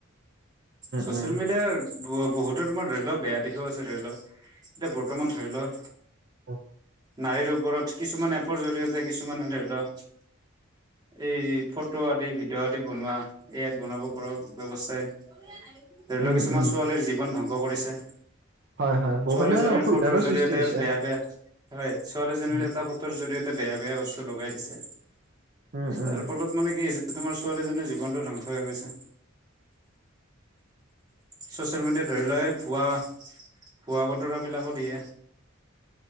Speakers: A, on the right; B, on the right.
A: চোচিয়েল
B: উম,
A: মিডিয়াৰ ব-বহুতো তোমাৰ ধৰি ল বেয়া দিশও আছে ধৰি ল, কিন্তু বৰ্তমান ধৰি ল
B: <inaudible>
A: নাৰীৰ ওপৰত কিছুমান এপৰ জৰি়য়তে কিছুমানে ধৰি লও এই ফটো আদি ভিডিঅ' আদি বনোৱা এয়াত বনাব পা ব্যৱস্থাই, ধৰি
B: উম,
A: লওক কিছুমান
B: উম,
A: ছোৱালীৰ জীৱন ধ্বংস কৰিছে।
B: হয়, হয়, বহুখিনি
A: ছোৱালীজনীৰ
B: মানে অসুবিধাৰো
A: ফটো জৰিয়তে
B: সৃষ্টি হৈছে।
A: বেয়া বেয়া, হয় ছোৱালীজনীৰ
B: উম,
A: এটা ফ জৰিয়তে বেয়া বেয়া বস্তু লগাই দিছে।
B: উম,
A: যাৰ
B: উম,
A: ফলত মানে কি হৈছে তোমাৰ ছোৱালীজনীৰ জীৱনটো ধ্বংস হৈ গৈছে। চোচিয়েল মিডিয়াত ধৰি লোৱা এই ভুৱা ভুৱা বতৰাবিলাকো দিয়ে।